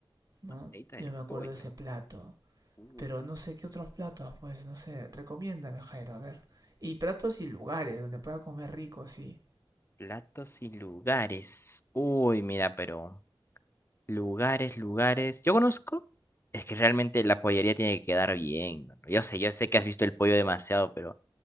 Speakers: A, on the right; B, on the left.
A: ¿no?
B: Ahorita
A: Yo
B: de
A: me acuerdo
B: pollo.
A: de ese plato.
B: Uh,
A: Pero no sé qué otros platos, pues no sé, recomiéndame, Jairo, a ver. Y platos y lugares donde pueda comer rico, sí.
B: platos y lugares. Uy, mira, pero lugares, lugares. Yo conozco. Es que realmente la pollería tiene que quedar bien. ¿no? Yo sé, yo sé que has visto el pollo demasiado, pero